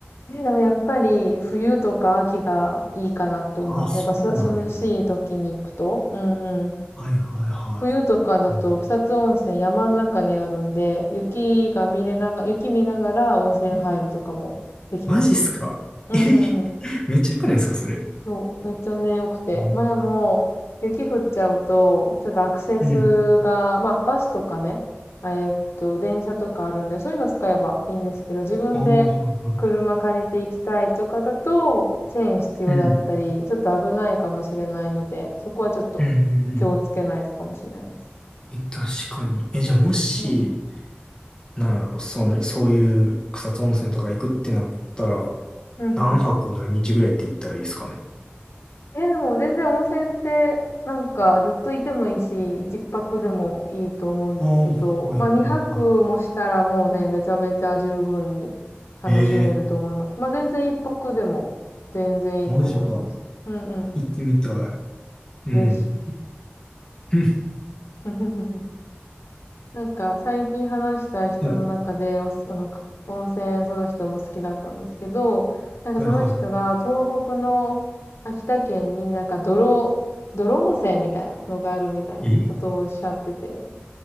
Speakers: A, on the left (about 85°); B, on the left (about 20°).
A: えーでもやっぱり冬とか秋がいいかなって思います。
B: あ、そうなんや。
A: やっぱす涼しい時に行くと。うんうん。
B: はいはいはい。
A: 冬とかだと草津温泉山の中にあるんで、
B: うん
A: 雪が見れなが、雪見ながら温泉入るとかもできますよ。
B: え、マジっすかえ
A: うんうんうん。
B: めっちゃ良くないですか、それ。
A: そう。めっちゃね、良くて。
B: うん。
A: まあでも、雪降っちゃうと、ちょっとアクセスが、
B: うん。
A: まあバスとかね、えーっと、電車とかあるんで、そういうの使えばいいんですけど、自分で車借りて行きたいとかだと、
B: ああ、はいはい。
A: チェーン必要だったり、
B: うん。
A: ちょっと危ないかもしれないので、そこはちょっと気をつけないとかもしれないです。
B: うん。うんうん。確かに。え、じゃあもし、
A: うんうん
B: なんやろ、その、そういう草津温泉とか行くってなったら、
A: うんうん。
B: 何泊何日ぐらいって行ったらいいですかね。
A: え、でも全然温泉って、なんかずっといてもいいし、一泊でもいいと思うんですけど、
B: ああ、はいはいは
A: まあ二泊もしたらもうね、めちゃめちゃ十分に楽しめると思います。
B: い。ええ
A: まあ全然一泊でも全然いいと思います。
B: ーマジか。
A: うんうん。
B: 行ってみたい。うん。
A: ぜひ。
B: <laughs>
A: <laughs> なんか最近話した人の中でおす、
B: うんはい、
A: あの、く温泉その人も好きだったんですけど、なんかその人が東北の秋田県になんか泥、
B: はいは
A: 泥温泉みたいなのがあるみたいなことをおっしゃってて、
B: えい。え